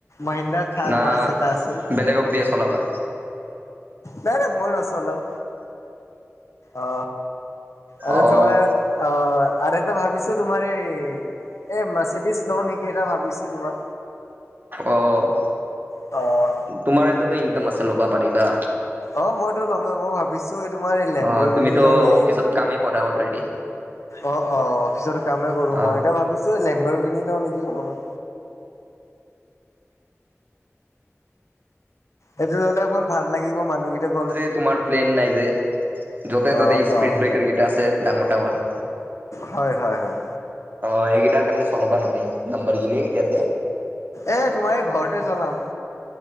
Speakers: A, on the left; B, on the right.
A: মহেন্দ্ৰা থাৰ
B: না
A: বাছ এটা আছিল।
B: বেলেগক দিয়ে চলাবা?
A: নাই- নাই মই নচলাও অ। আৰু
B: অ'
A: তোমাৰ অ, আৰু এটা ভাবিছো তোমাৰ এই- এই মৰ্চেতিছ নেকি এটা ভাবিছোঁ তোমাৰ।
B: অ',
A: অ',
B: তোমাৰ এন্ততো ইনকাম আছে ল'বা পাৰিবা।
A: অ, মইতো ল'মেই মই ভাবিছোঁ এই তোমাৰ এই লেম্বৰ
B: অ' তুমিতো
A: গিনি লওঁ নেকি।
B: অফিচত কামেই কৰা অলৰেডি
A: অ', অ', অফিচত কামেই কৰো
B: অ'
A: মই এতিয়া ভাবিছো লেম্বাৰ গিনি লওঁ নেকি অকমান। এইটো ল'লে অকণমান ভাল লাগিব মানুহকেইটাক
B: যে তোমাৰ প্লেন নাই যে য'তে
A: অ',
B: -ত'তে স্পৃদ
A: অ',
B: ব্ৰেকাৰ কেইটা আছে ডাঙৰ -ডাঙৰ।
A: হয় - হয় -হয়
B: অ, এইকেইটাৰ কাৰণে চলাবা নৰি নাম্বাৰ গিনি ইয়াতে।
A: এ তোমাৰ এই ঘৰতে চলাম।